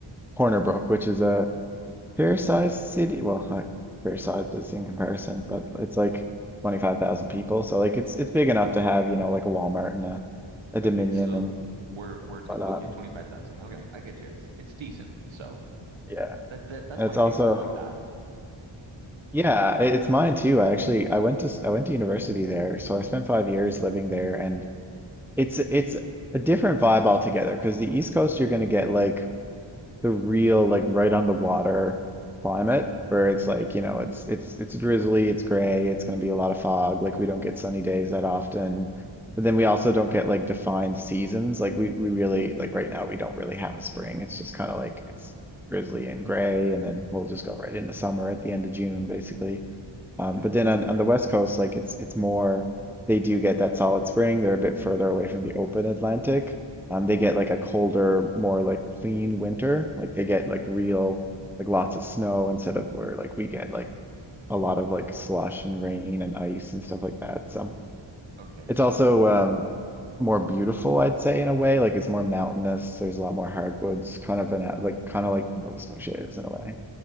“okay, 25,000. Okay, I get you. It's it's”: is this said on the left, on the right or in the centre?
Right